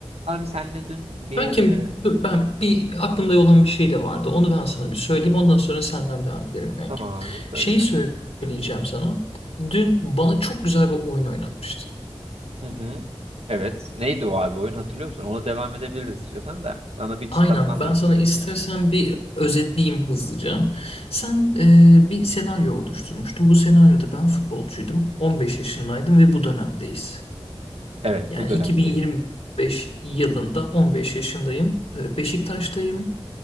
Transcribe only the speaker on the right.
Abi senle dün bir
e,
tamam abi söyle
kanka.
Hı hı. Evet. Neydi o abi oyun hatırlıyor musun? Ona devam edebiliriz istiyorsan da. Bana bir çıtlatman
lazım
en
son.
Evet
bu dönemdeyiz.